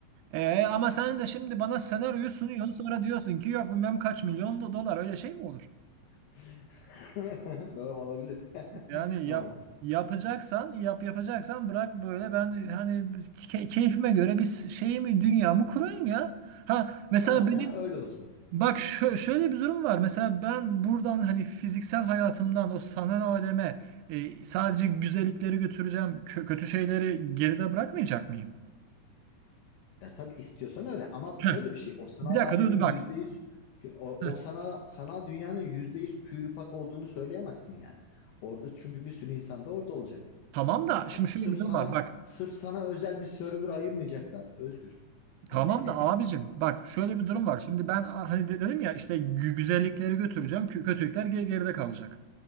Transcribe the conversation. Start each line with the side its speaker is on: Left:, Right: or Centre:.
Right: E, ama sen de şimdi bana senaryoyu sunuyorsun sonra diyorsun ki yok bilmem kaç milyon do- dolar öyle şey mi olur?
Left: <laughs> Doğru olabilir
Right: Yani
Left: <laughs> ama
Right: yap yapacaksan yap yapacaksan bırak böyle ben hani ke- keyfime göre bir şeyimi dünyamı kurayım ya. Ha mesela
Left: tamam
Right: benim
Left: ya öyle olsun.
Right: bak şö- şöyle bir durum var. Mesela ben buradan hani fiziksel hayatımdan o sanal aleme e, sadece güzellikleri götüreceğim. kö- kötü şeyleri geride bırakmayacak mıyım?
Left: Ya tabii istiyorsan öyle ama
Right: Heh,
Left: şöyle bir şey o sanal
Right: bir dakika
Left: alemin
Right: dur dur
Left: yüzde
Right: bak.
Left: yüz o,
Right: Heh,
Left: o sanal, sanal dünyanın yüzde yüz pürüpak olduğunu söyleyemezsin yani. Orada çünkü bir sürü insan da orada olacak.
Right: Tamam da şimdi
Left: Ya sırf
Right: şöyle bir durum
Left: sana
Right: var. Bak
Left: sırf sana özel bir server ayırmayacaklar Özgür. Hani
Right: Tamam
Left: <laughs>
Right: da abicim bak şöyle bir durum var. Şimdi ben a- hani de- dedim ya işte gü- güzellikleri götüreceğim. kö- Kötülükler ge- geride kalacak.